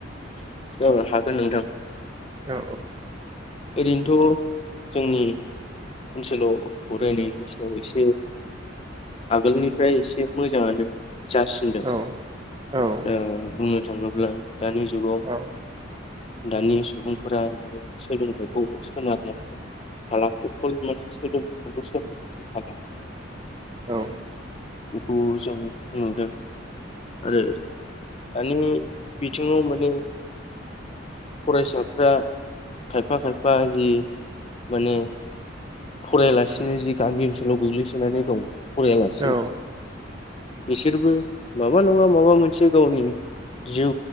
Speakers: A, on the left; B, on the right.
A: ओं हागोन नोंथां
B: औ
A: ओरैनोथ' जोंनि ओनसोलाव फरायनायनि सायाव एसे आगोलनिफ्राय एसे मोजाङानो जासिनदों
B: औ औ
A: दा बुङो थाङोब्ला दानि जुगाव
B: औ
A: दानि सुबुंफोरा <unintelligible> सोलोंथाइखौ सोनारनानै <unintelligible> माने सोलोंथाइखौल' <unintelligible>
B: औ
A: बेखौ जों नुदों आरो दानि बिथिङाव मोन फरायसाफ्रा खायफा खायफा जि माने फरायालासिनो जि गामि ओनसोलाव गोग्लैसोनानै दं फरायालासिन
B: औ
A: बिसोरबो माबा नङा माबा मोनसे गावनि जिउ